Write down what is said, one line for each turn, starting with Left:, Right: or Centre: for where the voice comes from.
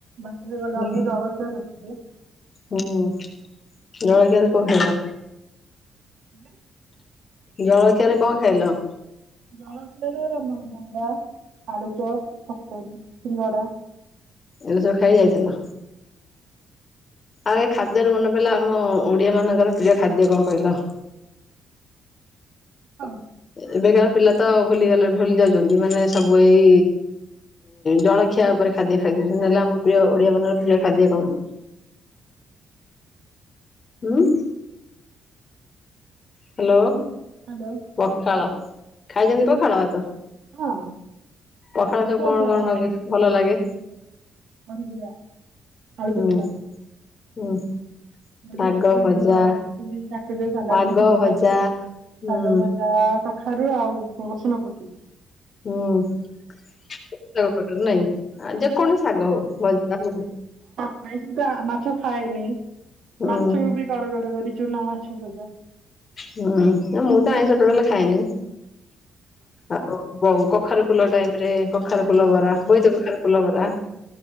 Right: ବାଟରେ ଗଲା
Left: ହୁଁ
Right: ବେଳକୁ ଜଳଖିଆ କରିଥିଲୁ।
Left: ହୁଁ ଜଳଖିଆରେ କଣ ଖାଇଲ।
Right: ଆଜ୍ଞା
Left: ଜଳଖିଆରେ କଣ ଖାଇଲ?
Right: ଜଳଖିଆରେ ବରା ଆଳୁଚପ ତରକାରୀ ସିଙ୍ଗଡ଼ା।
Left: ଏରା ସବୁ ଖାଇକି ଯାଇଥିଲ। ଆଉ ଏ ଖାଦ୍ୟରୁ ମନେ ପଇଲା ଆମ ଓଡିଆ ମାନଙ୍କର ପ୍ରିୟ ଖାଦ୍ୟ କଣ କହିଲ?
Right: ହଁ
Left: ଏବେକାର ପିଲା ତ ଭୁଲିଗଲେ ଭୁଲି ଯାଉଛନ୍ତି ମାନେ ସବୁ ଏଇ ଜଳଖିଆ ଉପରେ ଖାଦ୍ୟ ଖାଇ ଦେଉଛନ୍ତି ନହେଲେ ଆମ ପ୍ରିୟ ଓଡିଆ ମାନଙ୍କର ପ୍ରିୟ ଖାଦ୍ୟ କଣ? ହୁଁ ହ୍ୟାଲୋ
Right: ହ୍ୟାଲୋ
Left: ପଖାଳ। ଖାଇଛନ୍ତି ପଖାଳ ଭାତ
Right: ହଁ
Left: ପଖାଳ ସବୁ କଣ
Right: ଜଳଖିଆ
Left: କଣ ନଗେଇ ଭଲ ଲାଗେ।
Right: ବଢିଚୁରା ଆଳୁ
Left: ହୁଁ
Right: ଚକଟା
Left: ହୁଁ
Right: ଯଦି
Left: ଶାଗ
Right: କାକୁଡିର
Left: ଭଜା
Right: କାକୁଡିର ସାଲାଡ
Left: ଶାଗ
Right: ବି ଥିବ
Left: ଭଜା
Right: ଭଲ ଭାବରେ।
Left: ହୁଁ
Right: ଶାଗ ଭଜା କଖାରୁ ଆଉ ରଶୁଣ ପକେଇକି।
Left: ହୁଁ ତାଙ୍କ କଠାରୁ ନାଇଁ। ଆ ଯେକୌଣସି ଶାଗ ହଉ ଭଜା
Right: ଖାଇଥିବୁ ତା ମାଛ ଖାଏନି
Left: ହୁଁ
Right: ମାଛ ବି କଡ କଡ କରି ଚୁନା ମାଛ ଭଜା।
Left: ହୁଁ ମୁଁ ତ ଆଇଁଷ ଟୋଟାଲି ଖାଏନି। ଆଉ କଖାରୁ ଫୁଲ ଟାଇମରେ କଖାରୁ ଫୁଲ ବରା ବୋଇତ କଖାରୁ ଫୁଲ ବରା।